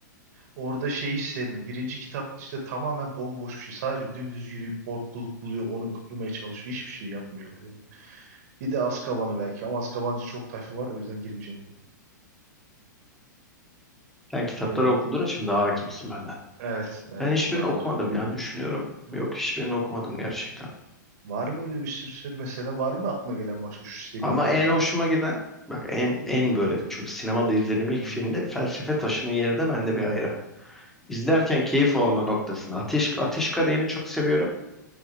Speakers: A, on the right (about 55°); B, in the centre.
A: Orada şeyi hiç sevmiyorum. Birinci kitap işte tamamen bomboş bir şey. Sadece dümdüz yürüyüp hortkuluk buluyor. Onu kurmaya çalışıyor. Hiçbir şey yapmıyorlar yani. Bir de Azkaban'ı belki ama Azkabancı çok tayfı var o yüzden girmeyeceğim.
B: Sen
A: Düşünelim.
B: kitapları okuduğun için daha hakimsin benden.
A: Evet, evet
B: Ben hiçbirini
A: olabilir.
B: okumadım ya düşünüyorum.
A: Hı.
B: Yok hiçbirini okumadım gerçekten.
A: Var böyle bir sürü seri mesela var mı aklına gelen başka şu seriyi
B: Ama
A: de çok
B: en
A: sev.
B: hoşuma giden bak en en böyle çünkü sinemada izlediğim ilk
A: Hı.
B: filmde Felsefe Taşı'nın yeri de bende bir ayrı. İzlerken keyif alma noktasında Ateş Ateş Kadehi'ni çok seviyorum